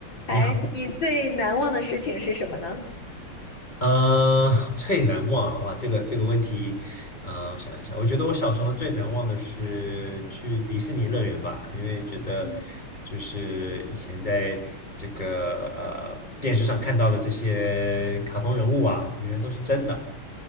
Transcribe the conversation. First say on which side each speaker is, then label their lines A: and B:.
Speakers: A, on the left; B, on the left.
A: 你好，
B: 哎，你最难忘的事情是什么呢？
A: 呃，最难忘啊哇，这个这个问题，呃，我想一下，我觉得我小时候最难忘的是去迪士尼乐园吧，因为觉得
B: 嗯，
A: 就是以前在这个呃电视上看到的这些卡通人物啊，原来都是真的，